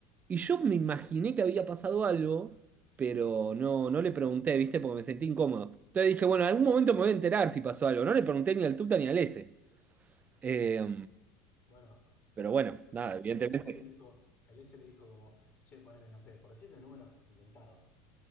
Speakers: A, on the right; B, on the left.
A: Y yo me imaginé que había pasado algo, pero no, no le pregunté, ¿viste? Porque me sentí incómodo. Entonces dije, bueno, en algún momento me voy a enterar si pasó algo. No le pregunté ni al Tuta ni al S. Eh,
B: Bueno,
A: pero bueno, nada, evidentemente
B: el S le dijo, el S le dijo como, che, ponele, no sé, por decirte números inventado.